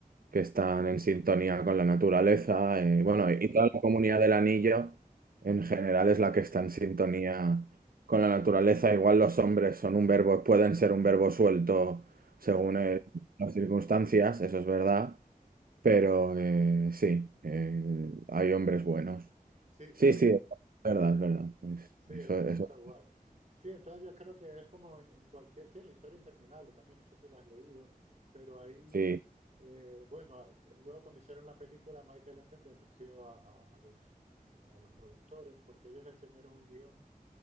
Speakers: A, on the right; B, on the right.
A: que están en sintonía con la naturaleza,
B: Exacto,
A: eh, bueno, y toda la comunidad del anillo en general es la que está en sintonía con la naturaleza. Igual los hombres son un verbo, pueden ser un verbo suelto según
B: exacto.
A: el- las circunstancias, eso es verdad, pero eh, sí, eh, hay hombres buenos.
B: Sí,
A: Sí,
B: sí,
A: sí, es verdad, es verdad. Es-
B: Sí,
A: eso,
B: sí,
A: eso,
B: está guay. Sí, entonces yo creo que es como en, en cualquier, sí, en la historia interminable también, no sé si lo has leído, pero ahí,
A: sí,
B: eh, bueno, a- luego cuando hicieron la película, Michael Enden denunció a, a- a los, a los productores porque ellos le enseñaron un guión